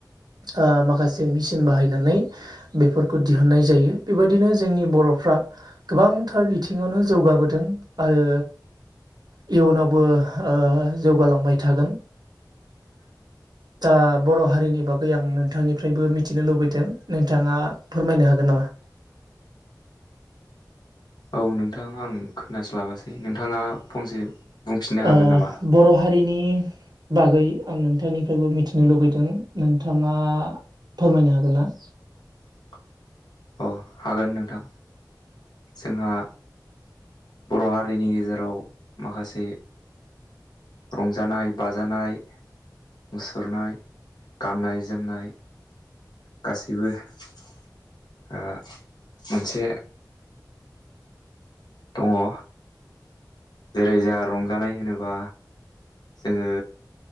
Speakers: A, on the right (about 65°); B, on the left (about 70°).
A: ओ माखासे मेसिन बाहायनानै बेफोरखौ दिहुननाय जायो बेबायदिनो जोंनि ब बर'फ्रा गोबांथार बिथिङावनो जौगाबोदों आरो इयुनावबो ओह जौगालांबाय थागोन।
B: <inaudible>
A: दा बर' हारिनि बागै आं नोंथांनि फ्रायबो मिथिनो लुबैदों नोंथाङा फोरमायनो हागोन नामा?
B: औ नोंथां आं खोनास्लाबासै नोंथाङा फंसे बुंफिननो हागोन
A: ओह
B: नामा
A: बर' हारिनि बागै आं नोंथांनिफायबो मिथिनो लुबैदों नोंथांआ फोरमायनो हागोनना
B: <inaudible> अ हागोन नोंथां जोंहा बर' हारिनि गेजेराव माखासे रंजानाय बाजानाय मुसुरनाय गाननाय जोमनाय गासैबो ओह मोनसे दङ' जेरै जाहा रंजानाय होनोबा जोङो